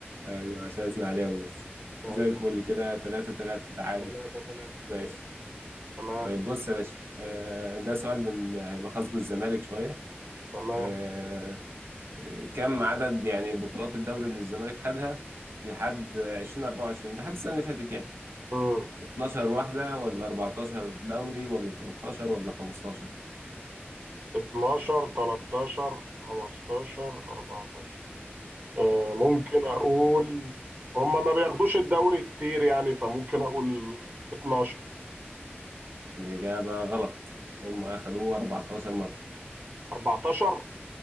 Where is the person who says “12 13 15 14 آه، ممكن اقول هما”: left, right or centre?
Right